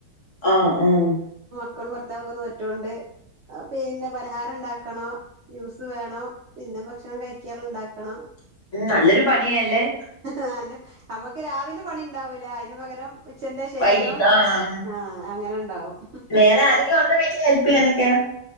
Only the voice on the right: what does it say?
മക്കളു ഭർത്താവോക്കെ നോറ്റോണ്ട് പിന്നെ പലഹാരം ഒണ്ടാക്കണോ ജ്യൂസ് വേണോ പിന്നെ ഭക്ഷണം കഴിക്കഉള്ള ഇണ്ടാക്കണം
ആ നമുക്ക് രാവിലെ പണി ഉണ്ടാവൂല്ല അയിന് പകരം ഉച്ചന്റെ ശേഷം
ആ അങ്ങനെ ഇണ്ടാവും